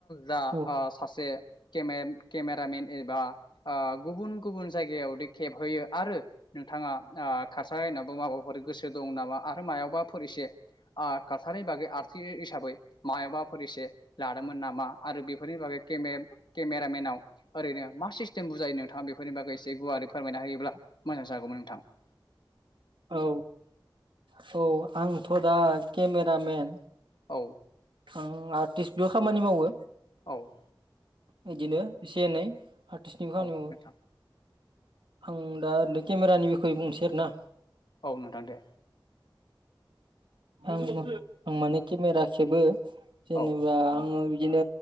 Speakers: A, on the left (about 65°); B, on the right (about 75°).
A: दा
B: औ
A: ओ सासे केमेन केमेरामेन एबा गुबुन-गुबुन जायगायाव खेबहयो आरो नोंथाङा खारसायनावो माबाफोर गोसो दं नामा आरो मायावबाफोर एसे काल्सारनि बागै आरथि हिसाबै मायबाफोर एसे लादोंमोन नामा। आरो बेफोरनि बागै केमेब केमेरामेन नाव ओरैनो मा सिस्टेम बुजायो नोंथाङा बेफोरनि बागै एसे गुवारै फोरमायना होायोब्ला मोजां जागौमोन नोंथाङा। <unintelligible>
B: औ स'आंथ' दा केमेरामेन
A: औ
B: ओं आर्टिस्ट बेबो खामानि मावो
A: औ
B: बिदिनो एसे एनै आर्टिस्टनिबो खामानियावो
A: औ नोंथां
B: आं दा ओरै केमेरानि बिखय बुंनोसै आर ना
A: औ नोंथां दे
B: आं-आं माने केमेरा खेबो जेनेबा
A: औ
B: आङो बिदिनो